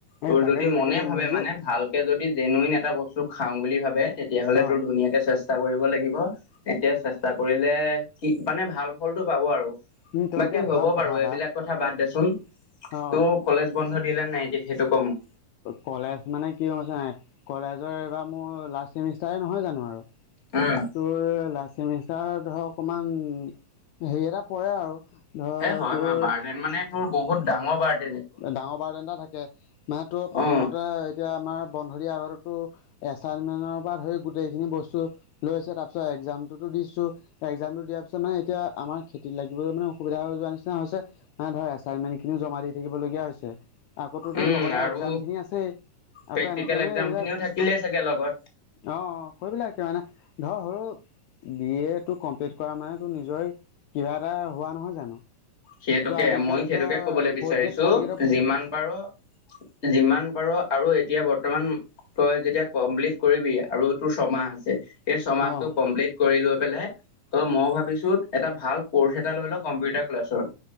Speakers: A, on the left (about 25°); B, on the left (about 80°).
A: তোৰ
B: এ তাকেতো
A: যদি
B: তাকেতো
A: মনে ভাবে
B: নিজে
A: মানে ভালকে যদি জেনুৱন এটা বস্তু খাও বুলি ভাবে তেতিয়াহ'লে
B: অ
A: তোৰ ধুনীয়া চেষ্টা কৰিব লাগিব, এতিয়া চেষ্টা কৰিলে কি মানে ভাল ফলটো পাব আৰু।
B: উম তই
A: বাকী
B: এতিয়া
A: হ'ব
B: ভাব কথা
A: বাৰু
B: এটা
A: এইবিলাক কথা বাদ দেচোন।
B: অ
A: তোক কলেজ বন্ধ দিলে নাই এতিয়া সেইটো ক' মোক?
B: কলেজ মানে কি হৈছে কলেজৰ এইবাৰ মোৰ লাষ্ট চেমিষ্টাৰে নহয় জানো আৰু?
A: উম।
B: তোৰ লাষ্ট চেমিষ্টাৰ ধৰ অকমান হেৰি এটা পৰে আৰু। ধৰ
A: এ হয়
B: তোৰ
A: হয় বাৰ্ডেন মানে তোৰ বহুত বাৰ্ট
B: ডাঙৰ বাৰ্ডেন এটা থাকে, মানে তোৰ প্ৰথমতে
A: অ
B: এতিয়া আমাৰ বন্ধ দিয়াৰ আগতো এচাইনমেন্টৰ পৰা ধৰি গোটেইখিনি বস্তু লৈছে তাৰপিছত এক্সাম টোতো দিছোঁ, এক্সামটো দিয়াৰ পিছত মানে এতিয়া আমাৰ খেতিত লাগিবলৈ মানে অসুবিধা হৈ যোৱা নিচিনা হৈছে নাই ধৰ এচাইনমেণ্টখিনিও জমা দি থাকিবলগীয়া হৈছে। আকৌতো
A: উম
B: লগতে
A: আৰু
B: এক্সামখিনি আছেই
A: প্ৰেক্টিকেল
B: আকৌ এনেকে মানে
A: এক্জাম
B: এইবিলাক
A: খিনিও থাকিলেই চাগে লগত
B: অ', অ' কৰিববিলাকে মানে ধৰ হৰু বি এড টো কমপ্লিট কৰা মানে তোৰ নিজৰে কিবা এটা হোৱা নহয় জানো?
A: সেইটোকে,
B: ত আজিকালি
A: মই সেইটোকে
B: তই
A: কবলৈ
B: ফৰ্থ
A: বিচাৰিছোঁ
B: গ্ৰেড থাৰ্ড গ্ৰেডৰ
A: যিমান পাৰ যিমান পাৰ আৰু এতিয়া বৰ্তমান তই যেতিয়া কমপ্লিট কৰিবি আৰু তোৰ ছমাহ আছে সেই ছমাহটো
B: অ
A: কমপ্লিট কৰি লৈ পেলাই ত' মই ভাবিছোঁ এটা ভাল কৰ্চ এটা লৈ ল' কম্পিউটাৰ ক্লাছৰ।